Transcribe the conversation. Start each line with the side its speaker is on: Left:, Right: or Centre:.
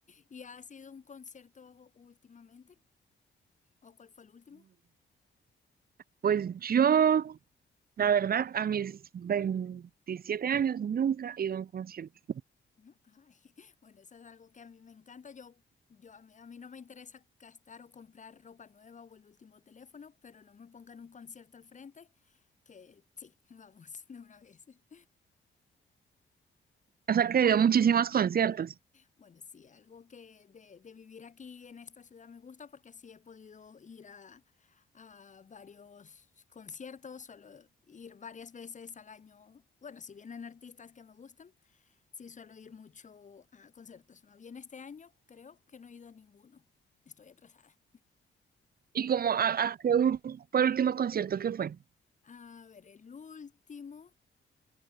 Left: ¿Y ha sido un concierto últimamente? ¿O cuál fue el último?
Right: Pues yo, la verdad, a mis 27 años nunca he ido a un concierto.
Left: ¿no? Ay, <laughs> bueno, eso es algo que a mí me encanta. Yo, yo a mí, a mí no me interesa gastar o comprar ropa nueva o el último teléfono, pero no me pongan un concierto al frente, que sí, <laughs> vamos de una vez. <laughs>
Right: O sea que he ido a muchísimos conciertos.
Left: Bueno, sí, algo que de, de vivir aquí en esta ciudad me gusta porque así he podido ir a, a varios conciertos, solo ir varias veces al año. Bueno, si vienen artistas que me gustan, Sí, suelo ir mucho a conciertos. Más bien este año creo que no he ido a ninguno. Estoy atrasada.
Right: ¿Y como a, a qué u- fue el último concierto que fue?
Left: A ver, el último,